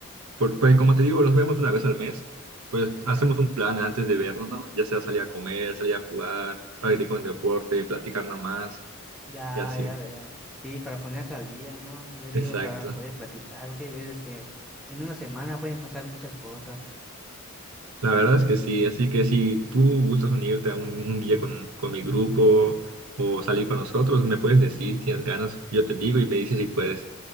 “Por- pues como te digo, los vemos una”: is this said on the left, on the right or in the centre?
Right